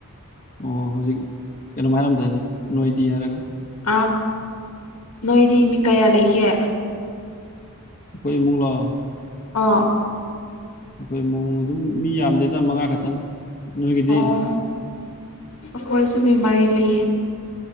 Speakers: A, on the left; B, on the left.
A: ꯑꯣ ꯍꯧꯖꯤꯛ ꯀꯩꯅꯣꯝ ꯍꯥꯏꯔꯝꯗꯥꯏꯅꯦ ꯅꯣꯏꯗꯤ ꯍꯥꯏꯔꯒ
B: ꯑ ꯅꯣꯏꯗꯤ ꯃꯤ ꯀꯌꯥ ꯂꯩꯒꯦ
A: ꯈꯣꯢ ꯏꯃꯨꯡꯂꯣ
B: ꯑꯣ
A: ꯑꯩꯈꯣꯏ ꯃꯃꯨꯡ ꯑꯗꯨꯝ ꯃꯤ ꯌꯥꯝꯗꯦꯗ ꯃꯉꯥ ꯈꯛꯇꯅꯤ ꯅꯣꯏꯒꯤꯗꯤ
B: ꯑꯣ ꯑꯩꯈꯣꯏꯁꯨ ꯃꯤ ꯃꯥꯔꯤ ꯂꯩꯌꯦ